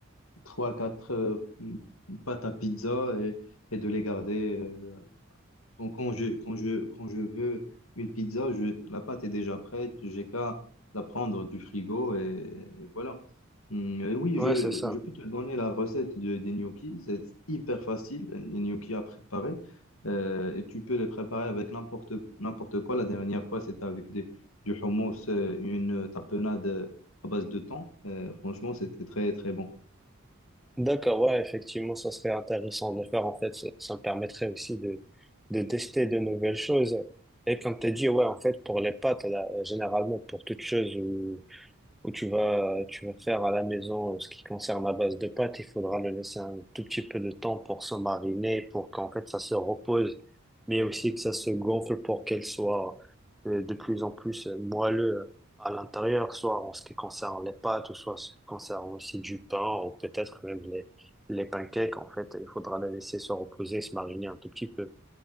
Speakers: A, on the left; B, in the centre.
A: trois quatre euh, pâtes à pizza et, et de les garder. euh, quand, quand je, quand je, quand je veux une pizza, je, la pâte est déjà prête, j'ai qu'à la prendre du frigo et, et voilà. Hum, et oui,
B: Ouais,
A: je,
B: c'est ça.
A: je peux te donner la recette de, des gnocchis, c'est hyper facile, les gnocchis à préparer. Euh, et tu peux les préparer avec n'importe n'importe quoi. La dernière fois, c'était avec des, du hummus, euh, une tapenade euh, à base de thon. Euh, franchement, c'était très, très bon.
B: D'accord, ouais, effectivement, ça serait intéressant de le faire. En fait, ça, ça me permettrait aussi de, de tester de nouvelles choses. Et comme tu as dit, ouais, en fait, pour les pâtes, là, généralement, pour toute chose où où tu vas, tu vas faire à la maison euh, ce qui concerne la base de pâte, il faudra le laisser un tout petit peu de temps pour se mariner, pour qu'en fait ça se repose, mais aussi que ça se gonfle pour qu'elle soit euh, de plus en plus euh, moelleux euh, à l'intérieur, soit en ce qui concerne les pâtes, ou soit en ce qui concerne aussi du pain, ou peut-être même les, les pancakes, en fait, il faudra les laisser se reposer, se mariner un tout petit peu.